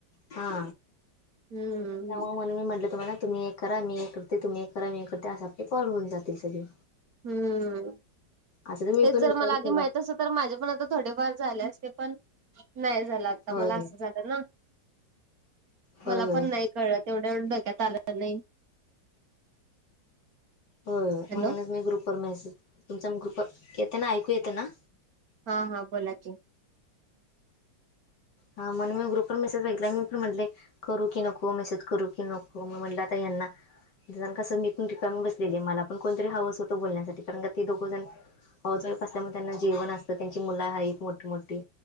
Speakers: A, on the left; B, on the right.
A: हा,
B: हम्म
A: त्यामुळे म्हणून मी म्हटलं तुम्हाला, तुम्ही एक करा, मी एक करते, तुम्ही एक करा, मी एक करते, असं आपले कॉल होऊन जातील सगळे.
B: हम्म,
A: असं तर मी
B: हेच
A: पण
B: जर
A: विचार
B: मला आधी
A: केला
B: माहित तर माझे पण आता, थोडेफार झाले असते पण, नाही झालं, आता
A: होय
B: मला
A: होय.
B: असं जा
A: होय
B: मला
A: होय
B: पण नाही कळल, तेवढ्या एवढ डक्यात आलं नाही.
A: होय,
B: हॅलो
A: म्हणूनच मी ग्रुपवर मेसेज, तुमचा मी ग्रुपवर, येत ना, ऐकू येते ना?
B: हा, हा, बोला की.
A: हा, म्हणून मी ग्रुपवर मेसेज बघितला, मी पण म्हटले करू की नको, मेसेज करू की नको, मग म्हटलं आत्ता यांना जण कसं मी <unintelligible> ठिकाणी बसलेली, मला पण कोणतरी हव, होतं बोलण्यासाठी, कारण का ते दोघोजण हाऊस वाइफ असल्यामुळे, त्यांना जेवण असतं, त्यांची मुलं हायीत, मोठी-मोठी